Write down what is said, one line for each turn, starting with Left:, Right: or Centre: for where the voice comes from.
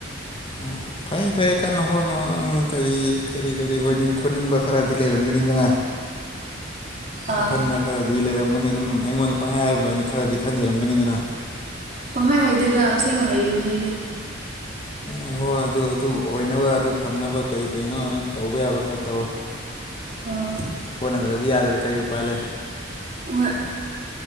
Left: ꯎꯝ ꯐꯩ-ꯐꯩ ꯀꯟꯅ ꯍꯣꯠꯅꯧ ꯅꯪ ꯀꯔꯤ-ꯀꯔꯤ-ꯀꯔꯤ ꯑꯣꯏꯅꯤꯡ ꯈꯣꯠꯅꯤꯡꯕ ꯈꯔꯗꯤ ꯂꯩꯔꯝꯒꯅꯤꯗꯅ
Right: ꯑꯥ
Left: ꯋꯥꯈꯟꯗ ꯈꯔꯗꯤ ꯂꯩꯔꯝꯒꯅꯤ ꯑꯗꯨꯝ ꯑꯩꯉꯣꯟꯗ ꯄꯪꯍꯥꯏ ꯍꯥꯏꯕꯋꯥꯅꯤ ꯈꯔꯗꯤ ꯈꯟꯖꯔꯝꯒꯅꯤꯗꯅ
Right: ꯄꯪꯍꯥꯏ ꯍꯥꯏꯗꯦꯗ ꯑꯁꯦꯡꯕ ꯍꯥꯏꯕꯤꯅꯤ ꯑꯩꯗꯤ
Left: ꯑꯣ ꯍꯣꯏ ꯑꯗꯨ-ꯑꯗꯨ ꯑꯣꯏꯅꯕ ꯑꯗꯨ ꯐꯪꯅꯕ ꯀꯔꯤ ꯀꯔꯤꯅꯣ ꯅꯪ ꯇꯧꯕ ꯌꯥꯕ ꯈꯔ ꯇꯧꯔ‌ꯣ
Right: ꯑꯥ
Left: ꯍ‌ꯣꯠꯅꯗ꯭ꯔꯗꯤ ꯌꯥꯗ꯭ꯔ‌ꯦ ꯀꯔꯤ ꯎꯄꯥꯥꯏ ꯂꯩ
Right: ꯍꯣꯏ